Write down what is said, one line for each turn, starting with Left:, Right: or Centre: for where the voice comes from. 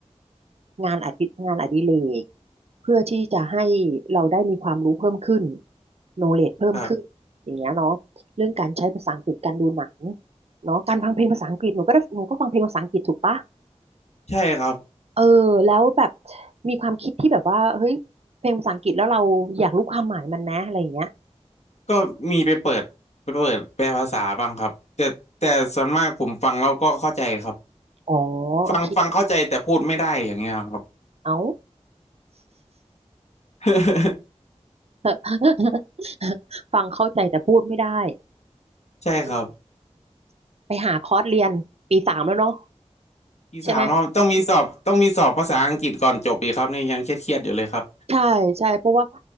Right: งานอดิงานอดิเรกเพื่อที่จะให้เราได้มีความรู้เพิ่มขึ้นโนเล e เพิ่มขึ้นอย่างเงี้ยเนาะเรื่องการใช้ภาษาอังกฤษการดูหนัง
Left: ครับ
Right: เนาะการฟังเพลงภาษาอังกฤษหนูก็ได้หนูก็ฟังเพลงภาษาอังกฤษถูกปะ
Left: ใช่ครับ
Right: เออแล้วแบบมีความคิดที่แบบว่าเฮ้ยเพลงภาษาอังกฤษแล้วเราอยากรู้ความหมายมันนะอะไรอย่างเงี้ย
Left: ก็มีไปเปิดไปเปิดแปลภาษาบ้างครับแต่แต่ส่วนมากผมฟังแล้วก็เข้าใจครับ
Right: อ๋อโอเค
Left: ฟังฟังเข้าใจแต่พูดไม่ได้อย่างเงี้ยครับ
Right: เอา
Left: <laughs>
Right: <laughs> ฟังเข้าใจแต่พูดไม่ได้
Left: ใช่ครับ
Right: เออไปหาคอร์สเรียนปีสามแล้วเนาะ
Left: อีสามรอบต้องมีสอบต้องมีสอบภาษาอังกฤษก่อนจบอีกครับเนี่ยยังเครียดๆอยู่เลยครับ
Right: ใช่ไหมใช่ใช่เพราะว่า